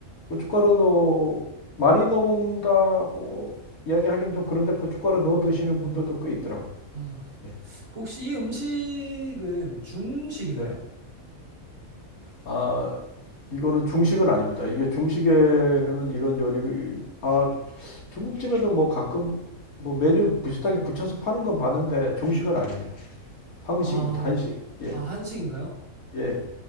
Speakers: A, on the left; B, on the right.
A: 고춧가루도 많이 넣어 먹는다고 이야기하기엔 좀 그런데 고춧가루 넣어 드시는 분들도 꽤 있더라고요.
B: 아.
A: 예.
B: 그 혹시 이 음식은 중식인가요?
A: 네. 아, 이거는 중식은 아닙니다. 이게 중식에는 이런 요리, 아, 중국집에도 뭐 가끔 뭐 메뉴를 비슷하게 붙여서 파는 건 봤는데 중식은 아니에요. 한식입니다.
B: 아,
A: 한식. 예,
B: 아, 한식인가요?
A: 예,